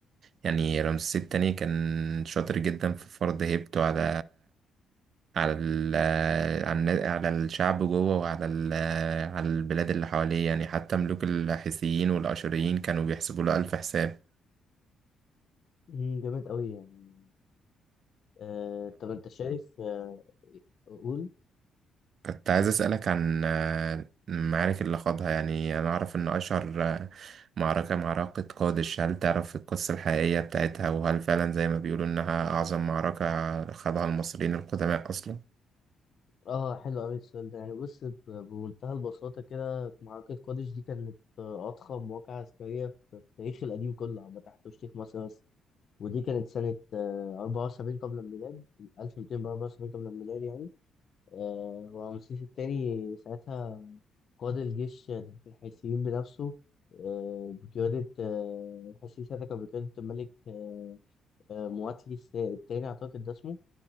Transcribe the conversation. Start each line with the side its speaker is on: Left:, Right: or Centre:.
Right: يعني رمسيس التاني كان شاطر جدا في فرض هيبته على على ال على على الشعب جوه وعلى ال على البلاد اللي حواليه يعني حتى ملوك الحيثيين والأشوريين كانوا بيحسبوا له ألف حساب
Left: مم، جامد قوي يعني آه طب انت شايف آه قول
Right: كنت عايز أسألك عن آه، المعارك اللي خاضها يعني أنا أعرف إن أشهر آه، معركة معركة قادش هل تعرف القصة الحقيقية بتاعتها وهل فعلا زي ما بيقولوا إنها أعظم معركة خاضها المصريين القدماء أصلا؟
Left: اه حلو قوي السؤال ده يعني بص ب- بمنتهى البساطة كده معركة قادش دي كانت آه، أضخم واقعة عسكرية في في التاريخ القديم كله عامة حتى مش تاريخ مصر بس ودي كانت سنة آه، 74 قبل الميلاد 1274 قبل الميلاد يعني آه، ورمسيس الثاني ساعتها قاد الجيش ضد الحيثيين بنفسه آه، بقيادة آه، الحيثيين ساعتها كان بقيادة الملك آه، آه، مواتلي الس- التاني أعتقد ده اسمه